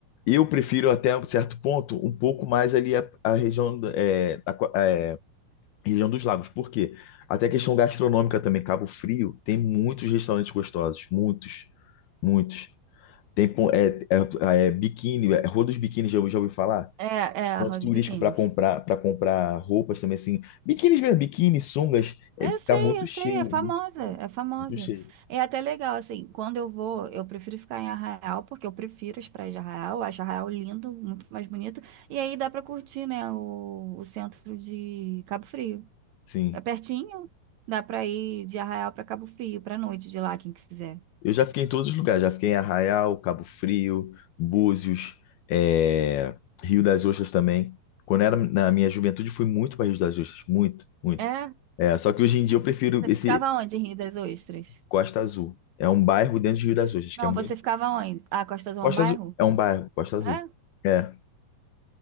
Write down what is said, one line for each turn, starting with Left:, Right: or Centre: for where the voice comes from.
Left: Eu prefiro até um certo ponto um pouco mais ali a, a região, da- é, a, co- é, região dos lagos. Por quê? Até a questão gastronômica também. Cabo Frio tem muitos restaurantes gostosos. Muitos, muitos. Tem pon- é, é, é, biquíni, é, Rua dos Biquínis, já, ouvi- já ouvi falar?
Right: É, é a
Left: Ponto
Right: Roda
Left: turístico
Right: de Biquíni.
Left: para comprar, para comprar roupas também, assim. Biquínis mesmo, biquíni, sungas, é,
Right: Eu sei,
Left: tá muito
Right: eu sei,
Left: cheio,
Right: é
Left: muito,
Right: famosa,
Left: cheio,
Right: é famosa.
Left: muito cheio.
Right: É até legal, assim, quando eu vou, eu prefiro ficar em Arraial, porque eu prefiro as praias de Arraial, eu acho Arraial lindo, muito mais bonito, e aí dá pra curtir, né, o, o centro de Cabo Frio.
Left: Sim.
Right: É pertinho, dá pra ir de Arraial pra Cabo Frio, pra noite de lá, quem quiser.
Left: Eu já fiquei em todos os lugares, já fiquei em Arraial, Cabo Frio, Búzios, é, Rio das Ostras também. Quando eu era na minha juventude, fui muito para Rio das Ostras, muito, muito.
Right: É?
Left: É, só que hoje em dia eu prefiro
Right: Você
Left: esse
Right: ficava onde, em Rio das Ostras?
Left: Costa Azul. É um bairro dentro de Rio das Ostras, que
Right: Não,
Left: é muito.
Right: você ficava onde? Ah, Costa Azul
Left: Costa
Right: é um bairro?
Left: Azul é um bairro, Costa Azul.
Right: É?
Left: É.